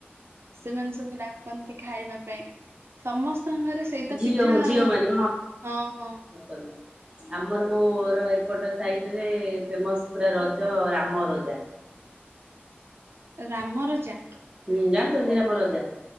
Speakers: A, on the right; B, on the right.
A: ସେମାନେ ସବୁ ଡାକ୍ କନ୍ତି ଖାଇବା ପାଇଁ। ସମସ୍ତଙ୍କଘରେ ସେଇତ
B: ଝିଅ
A: ପିଠା
B: ଝିଅ
A: ଆଉ
B: ମାନେ
A: ହଁ ହଁ।
B: ହଁ। ଆମର ମୋର ଏପଟ ସାଇଟରେ ଫେମସ ପୁରା ରଜ ରାମ ରଜା।
A: ରାମ ରଜା।
B: ହୁଁ ଜାନି ଚନ୍ତି ରାମ ରଜା।